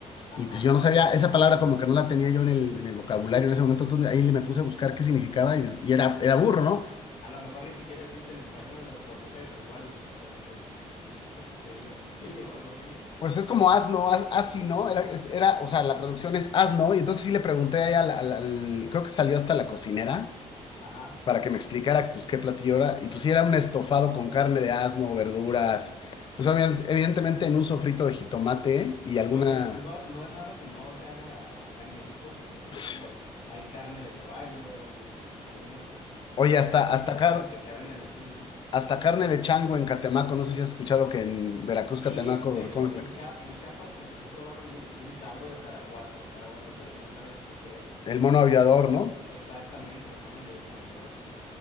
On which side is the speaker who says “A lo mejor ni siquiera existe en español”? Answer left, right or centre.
Left